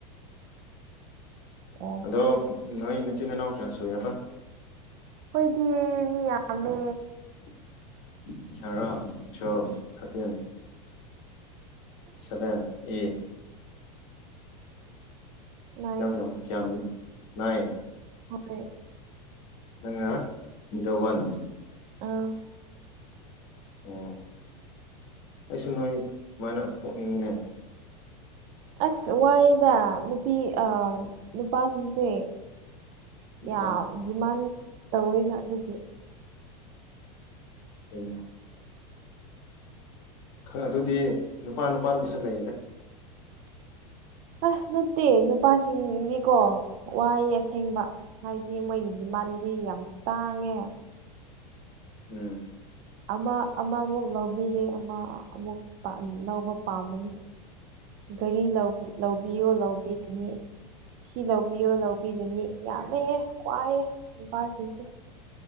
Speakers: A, on the right (about 40°); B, on the left (about 55°).
A: ꯑꯣ
B: ꯑꯗꯣ ꯅꯣꯏ ꯅꯥꯆꯤꯟ ꯅꯅꯥꯎ ꯀꯌꯥ ꯁꯨꯏꯌꯦꯕꯥ
A: ꯈꯣꯏꯗꯤ ꯃꯤ ꯌꯥꯝꯃꯦ
B: <unintelligible> twelve thirteen seven eight
A: nine
B: ꯌꯥꯝ ꯌꯥꯝ ꯀꯌꯥꯝ ꯅꯥꯏꯜ
A: ꯍꯣꯏ
B: ꯅꯪꯅꯥ ꯃꯤꯗꯟ ꯋꯥꯟ
A: ꯑꯥ
B: ꯎꯝ ꯑꯩꯁꯨ ꯅꯣꯏ ꯗꯨꯃꯥꯏꯅ ꯄꯣꯛꯅꯤꯡꯉꯤꯅꯦ
A: ꯑꯁ ꯋꯥꯏꯗ ꯅꯨꯄꯤ ꯑꯥ ꯅꯨꯄꯥꯁꯤꯡꯁꯦ ꯌꯥꯝ
B: ꯎꯝ
A: ꯗꯤꯃꯥꯟ ꯇꯧꯋꯦꯅ ꯑꯗꯨꯒꯤ
B: <unintelligible> ꯈꯔꯥ ꯑꯗꯨꯗꯤ ꯅꯨꯄꯥ ꯅꯨꯄꯥꯗꯁꯨ ꯂꯩꯗꯥ
A: ꯑꯩ ꯅꯠꯇꯦ ꯅꯨꯄꯥꯁꯤꯡꯗꯤꯀꯣ ꯋꯥꯏꯑꯦ ꯑꯁꯦꯡꯕ ꯁꯤ ꯃꯣꯏꯒꯤ ꯗꯤꯃꯥꯟꯗꯤ ꯌꯥꯝ ꯇꯥꯡꯉꯦ
B: ꯎꯝ
A: ꯑꯃ ꯑꯃꯃꯨꯛ ꯂꯧꯕꯤꯔꯦ ꯑꯃ ꯑꯃꯨꯛ ꯂꯧꯕ ꯄꯥꯃꯅꯤ ꯒꯥꯔꯤ ꯂꯧꯕꯤꯌꯣ ꯂꯧꯕꯤꯔꯅꯤ ꯑꯁꯤ ꯂꯧꯕꯤꯌꯣ ꯂꯧꯕ ꯆꯥꯕꯤꯔꯨꯅꯤ ꯌꯥꯝꯃꯦ ꯋꯥꯏꯑꯦ ꯅꯨꯄꯥꯁꯤꯡꯁꯦ